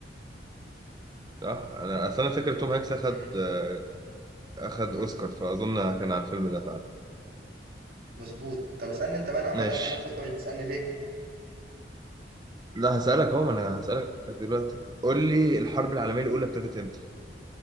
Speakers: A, on the right; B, on the right.
A: صح انا اصل انا فاكر توم هانكس اخد
B: مم.
A: آه، اخد اوسكار فاظن كان على الفيلم ده فعلا
B: مظبوط طب اسألني انت بقى انا عمال
A: ماشي
B: اسألك وانت مش بتسألني ليه
A: لا هسألك اهو ما انا هسألك دلوقتي قول لي الحرب العالمية الأولى ابتدت امتى؟